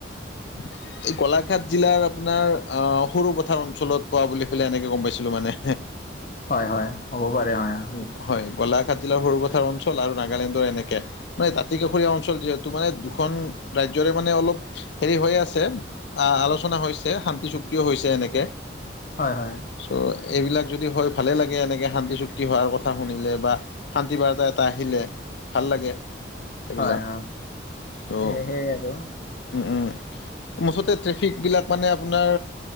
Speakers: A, on the left (about 65°); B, on the left (about 45°).
A: <inaudible> এই গোলাঘাট জিলাৰ আপোনাৰ আহ সৰু পথাৰ অঞ্চলত পোৱা বুলি কেনে এনেকে গম পাইছিলো মানে।
B: হয় হয় হ'ব পাৰে হয় <inaudible>
A: হয় গোলাঘাট জিলাৰ সৰুপথাৰ অঞ্চল আৰু নাগালেণ্ডৰ এনেকে। মানে দাঁতি কাষৰীয়া অঞ্চল যিহেতু মানে দুখন ৰাজ্যৰে মানে অলপ হেৰি হৈ আছে। আ আলোচনা হৈছে শান্তি চুক্তিও হৈছে এনেকৈ।
B: হয় হয়।
A: চ' এইবিলাক যদি হয় ভালে লাগে, এনেকে শান্তি চুক্তি হোৱাৰ কথা শুনিলে বা। শান্তি বাৰ্তা এটা আহিলে। ভাল লাগে সেইবিলাক
B: হয় হয় অ
A: অঁ,
B: সেই সেয়ে আৰু
A: উম উম। মুঠতে ট্ৰেফিক বিলাক মানে আপোনাৰ